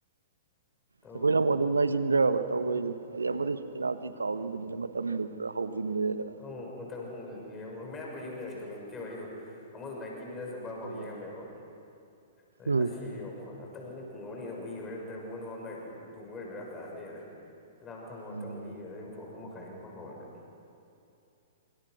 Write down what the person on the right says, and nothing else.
ꯑꯩꯈꯣꯏꯅ ꯑꯃꯨꯛ ꯑꯗꯨꯝ ꯉꯥꯏꯁꯤꯟꯈ꯭ꯔꯕ ꯇꯧꯕꯩꯗꯣ ꯑꯗꯨ ꯑꯃꯗꯨꯁꯨ ꯄ‌ꯦꯅꯥꯜꯇꯤ ꯀꯥꯎꯒꯤꯕꯅꯤꯅ ꯃꯇꯝꯗꯨ ꯈꯔ ꯍꯧꯖꯤꯟꯈ꯭ꯔꯦꯗꯅ
ꯎꯝ
ꯎꯝ
ꯎꯝ